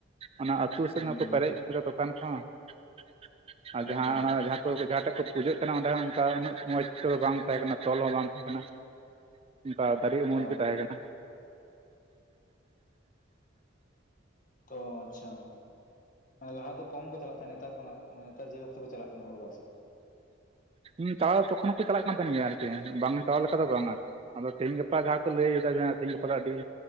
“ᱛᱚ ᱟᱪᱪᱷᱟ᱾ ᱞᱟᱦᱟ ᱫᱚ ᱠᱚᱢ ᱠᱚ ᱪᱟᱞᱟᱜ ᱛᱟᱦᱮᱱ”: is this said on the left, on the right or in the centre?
Left